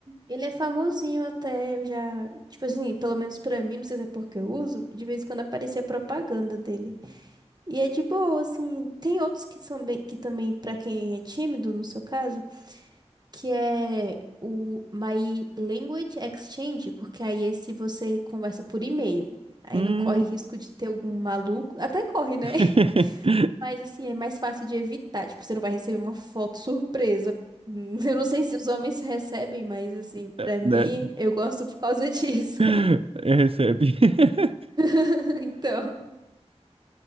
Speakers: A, on the right; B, on the right.
A: ele é famosinho até, eu já, tipo assim, pelo menos pra mim, não sei se é porque eu uso, de vez em quando aparecia propaganda dele. E é de boa, assim. Tem outros que são bem, que também pra quem é tímido, no seu caso, que é o My Language Exchange, porque aí esse você conversa por e-mail. Aí
B: Hum.
A: não corre risco de ter algum maluco, até corre, né?
B: <laughs>
A: Mas assim, é mais fácil de evitar. Tipo, você não vai receber uma foto surpresa. <laughs> Hum, Eu não sei se os homens recebem, mas assim, pra
B: É, né?
A: mim, eu gosto por causa disso.
B: <laughs> Recebe. <laughs>
A: <laughs> Então.